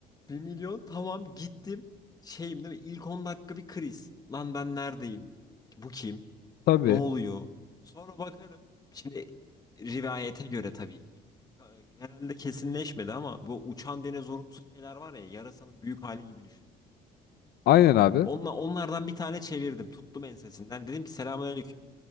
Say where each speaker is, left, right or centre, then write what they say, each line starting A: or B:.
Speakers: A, on the left (about 20°); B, on the left (about 70°).
A: bir milyon tamam gittim. Şeyim değil mi? İlk 10 dakika bir kriz. Lan ben neredeyim? Bu kim?
B: Tabii.
A: Ne oluyor? Sonra bakarım. Şimdi rivayete göre tabii ki. Ka- Herhalde kesinleşmedi ama bu uçan dinozorumsu şeyler var ya yarasanın büyük hali gibi düşün.
B: Aynen abi.
A: Onla, onlardan bir tane çevirdim. Tuttum ensesinden. Dedim ki selamünaleyküm.